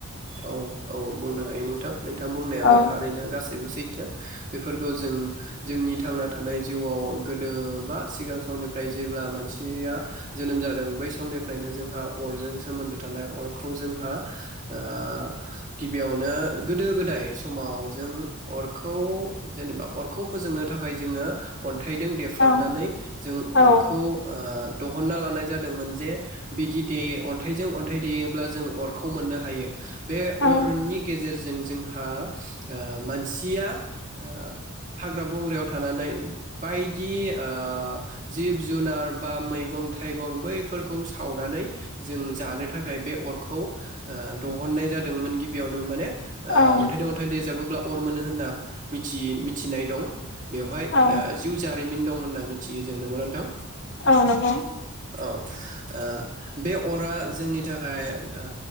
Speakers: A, on the right (about 35°); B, on the left (about 50°).
A: औ औ बुंनो हायो नोंथां नोंथां बुंनायाबो
B: औ
A: थारैनो गासैबो सै बेफोरखौ जों जोंनि थांना थानाय जिउआव गोदो बा सिगां समनिफ्राय जेब्ला मानसिया जोनोम जादों बै समनिफ्रायनो जोंहा अरजों सोमोन्दो थानाय अरखौ जोंहा ओ गिबियावनो गोदो गोदाय समाव जों अरखौ जेनेबा अरखौ फोजोंनो थाखाय जोङो अन थाइदों देफ्रामनानै
B: औ
A: जों
B: औ
A: अरखौ ओ दहन्ना लानाय जादोंमोन जे बिदि दे अन्थाइजों अन्थाइ देयोब्ला जों अरखौ मोननो हा हायो । बे
B: औ
A: अरनि गेजेर गेजेरजों जोंहा ओ मानसिया ओ हाग्रा बंग्रायाव थानानै बायदि ओ जिब जुनार बा मैगं थाइगं बैफोरखौ सावनानै जों जानो थाखाय बे अरखौ ओ दहननाय जादोंमोन गिबियावनो माने ओ
B: औ
A: अन्थाइ दो अन्थाइ देजाबो ब्ला अर मोनो होनना मिथियो मिथिनाय दं बेवहाय ओ
B: औ
A: जिउ जा जारिमिन दं होनना मिथियो जों नोंगौना नोंथां
B: औ नंगौ
A: औ ओ बे अरा जोंनि थाखाय ओ